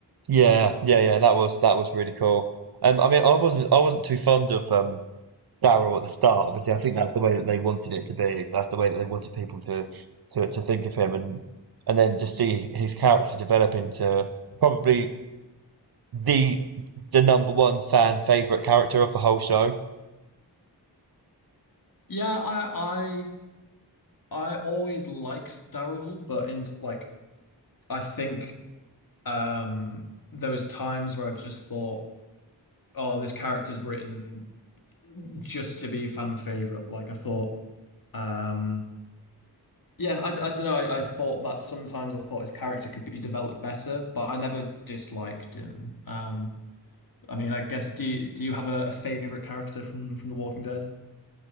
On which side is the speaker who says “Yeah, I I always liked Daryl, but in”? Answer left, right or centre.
Left